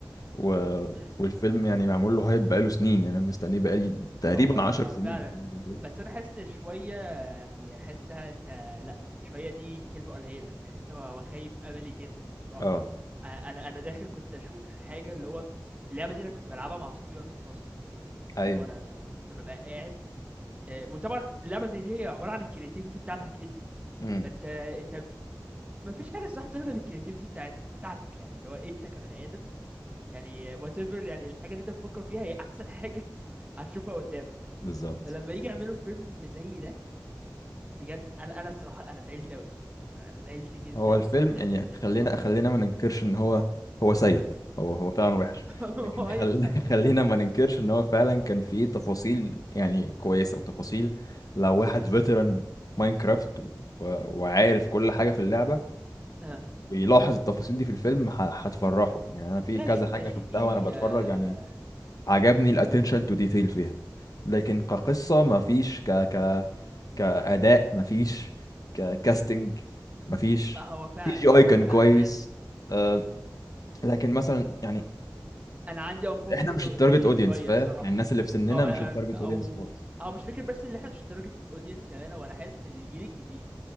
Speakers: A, on the left; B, on the right.
A: و...
B: امم
A: والفيلم يعني معمول له هايب بقاله سنين يعني انا مستنيه بقالي تقريبا
B: هو
A: عشر سنين
B: فعلا
A: او حاجه زي كده
B: بس انا حاسس ان شويه يعني حاسس انها انت لا شويه دي كلمه قليله أنا حاسس ان هو هو خيب املي جدا الصراحه
A: اه
B: أ- انا انا داخل كنت اشوف حاجه اللي هو اللعبه دي انا كنت بلعبها مع اصحابي وانا في الفصل فاهم
A: ايوه
B: اللي هو انا انا أنا كنت ببقى قاعد آه، وطبعا اللعبه زي دي هي عباره عن الكرياتيفيتي بتاعتك انت
A: امم
B: فانت انت مفيش حاجه الصراحه تغلب الكرياتيفيتي بتاعت بتاعتك يعني اللي هو انت كبني ادم يعني whatever يعني الحاجة اللي انت بتفكر فيها هي احسن حاجة <laughs> هتشوفها قدامك
A: بالظبط
B: فلما يجي يعملوا فيلم زي ده بجد انا انا الصراحة انا زعلت اوي انا زعلت جدا
A: هو الفيلم
B: جدا
A: يعني
B: جدا
A: خلينا
B: الصراحة
A: خلينا ما ننكرش ان هو هو سيء هو هو فعلا وحش
B: <laughs>
A: لكن خل...
B: ايوه ما فعلا
A: <laughs>
B: سيء
A: خلينا
B: أوي.
A: ما ننكرش ان هو فعلا كان فيه تفاصيل يعني كويسة وتفاصيل لو واحد فيتران ماينكرافت و... وعارف كل حاجة في اللعبة
B: اه
A: ويلاحظ التفاصيل دي في الفيلم ه... هتفرحه يعني انا في
B: ماشي
A: كذا حاجة
B: ماشي
A: شفتها
B: في
A: وانا بتفرج
B: آه
A: يعني عجبني الاتنشن
B: ال...
A: تو ديتيل
B: مم.
A: فيها لكن كقصة ما فيش ك... ك... كأداء مفيش ككاستنج مفيش
B: لا، هو فعلا
A: سي جي اي
B: هو
A: كان
B: فعلا
A: كويس
B: بجد
A: آه لكن مثلا يعني
B: انا عندي unpopular
A: احنا مش التارجت
B: opinion
A: اودينس
B: شوية
A: فاهم
B: الصراحة
A: يعني الناس اللي في سننا
B: او او
A: مش التارجت
B: او,
A: اودينس خالص
B: أو مش فكرة بس ان احنا مش درجة الاودينس كمان وانا حاسس ان الجيل الجديد